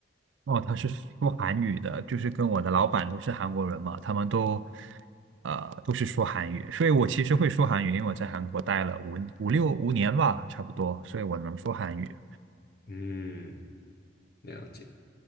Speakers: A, on the right; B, on the left.
A: 哦，他是说韩语的，就是跟我的老板都是韩国人嘛，他们都，呃，都是说韩语，所以我其实会说韩语，因为我在韩国待了五五六五年吧，差不多，所以我能说韩语。
B: 嗯，了解。